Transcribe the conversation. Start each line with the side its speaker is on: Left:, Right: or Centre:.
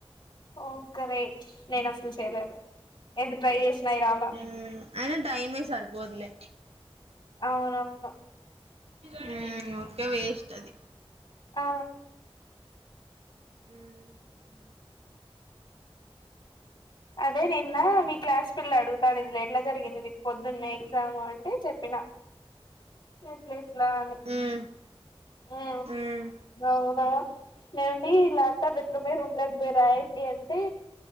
Left: ఓ గ్రేట్ నేను అసలు చేయలేదు ఎంత ట్రై చేసినా అయి రాలా
Right: మ్మ్ అయినా టైమే సరిపోదులే
Left: అవునవును
Right: హ్మ్ ఉరుకా వేస్ట్ అది
Left: ఆ
Right: మ్మ్
Left: అదే నిన్న మీ క్లాస్ పిల్ల అడుగుతాను ఇది ఎట్లా జరిగింది మీకు పొద్దున్నే చాము అంటే చెప్పిన ఇట్లా ఇట్లా అని
Right: మ్మ్
Left: ఆ
Right: మ్మ్
Left: అవునా నే ల్యాప్టాప్ బట్రూమే రూమ్ కి పో రాయండి అంటే